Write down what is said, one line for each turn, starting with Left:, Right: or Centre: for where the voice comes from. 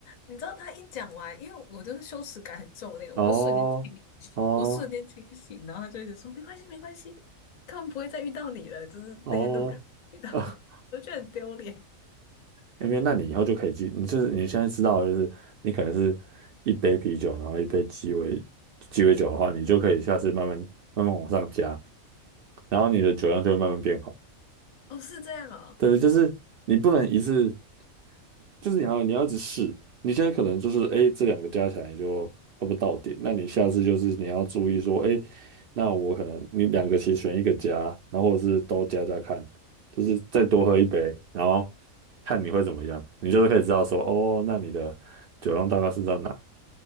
Left: 你知道他一讲完，因为我就是羞耻感很重的那种，
Right: 哦哦
Left: 我就瞬间清醒，我瞬间清醒，然后他就一直说没关系，没关系，他们不会再遇到你了，就是那些路人不会遇到，
Right: 哦。<laughs>
Left: <laughs> 我觉得很丢脸。
Right: 因为那你以后就可以记，你就是你现在知道，就是你可能是一杯啤酒，然后一杯鸡尾鸡尾酒的话，你就可以下次慢慢慢慢往上加，然后你的酒量就会慢慢变好。
Left: 哦，是这样哦，
Right: 对，就是你不能一次，就是你要你要一直试。你现在可能就是哎，诶这两个加起来就差不多到点，那你下次就是你要注意说，哎，那我可能你两个其实选一个加，然后或者是都加加看，就是再多喝一杯，然后看你会怎么样，你就是可以知道说，哦，那你的酒量大概是在哪，